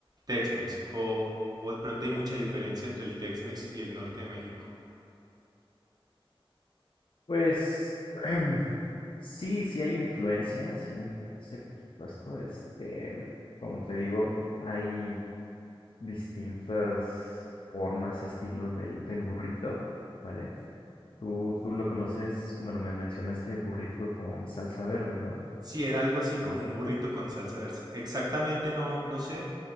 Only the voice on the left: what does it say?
Pues <clears throat> sí, sí hay influencia, sí hay influencia, por supuesto. Este, como te digo, hay distintas formas, estilos del, del burrito, ¿vale? Tú, tú lo conoces, bueno, me mencionaste burrito con salsa verde, ¿no?
Este,